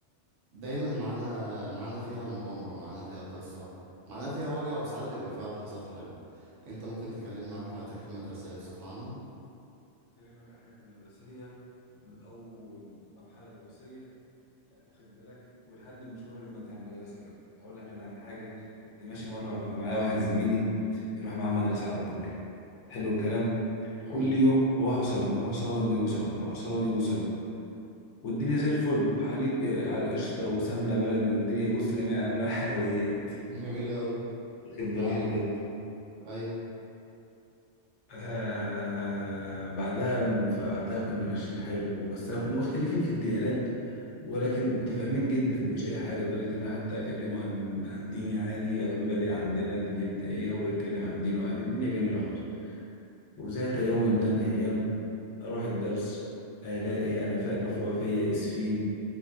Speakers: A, on the right (about 80°); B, on the left (about 75°).
A: دايما معانا معانا فيها مغامرة معانا فيها قصة معانا فيها وجع وساعات بيبقى فيها لحظات حلوة انت ممكن تكلمنا عن حياتك المدرسية بصفة عامة
B: أكلمك على حياتي المدرسية من أول مرحلة دراسية لا واخد بالك ولحد المشوار الم- بتاع المدرسة كمان أقول لك أنا عن حاجة كنت ماشي مرة وكان معايا واحد زميلي بيروح معاه المدرسة على طول حلو الكلام
A: جميل
B: كل يوم نروحوا سوا نروحوا سوا نيجوا سوا نروحوا سوا نيجوا سوا والدنيا زي الفل حليب آه، على قشطة وسمنة بلدي والدنيا بص جميع أنواع الحلويات
A: جميل أوي
B: واخد بالك
A: معاك
B: أنت
A: أيوه
B: آه بعدها فبعدها كنا ماشيين حلو بس كنا مختلفين في الديانات ولكن متفاهمين جدا مفيش اي حاجه لدرجه ان انا حتى اكلمه عن عن ديني عادي مبادئ عندنا دنيتنا ايه هو يتكلم عن دينه عادي الدنيا جميله خالص وذات يوم من الايام اروح الدرس الاقي انا فا- مفقوع فيا اسفين